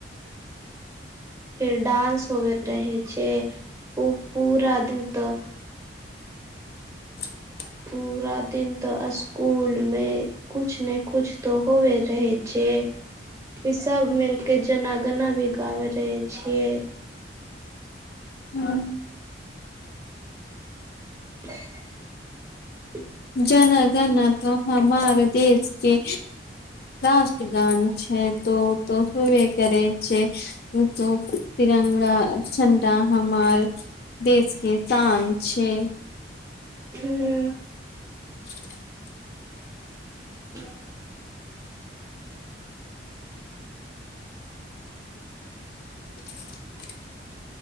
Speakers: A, on the right; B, on the left.
A: फेर डांस होवे रहै छै उ पूरा दिन तऽ
B: <inaudible>
A: पूरा दिन तऽ स्कूल मे कुछ नै कुछ त होबे रहे छै की सभ मिलके जेना गना भी गाबे रहै छियै
B: हँ
A: <inaudible>
B: जना गना तऽ हमार देश के राष्ट्रगान छै तो उ तो होबे करै छै उ तो तिरंगा झंडा हमार देश के शान छै
A: हूँ
B: <inaudible>
A: <inaudible>
B: <inaudible>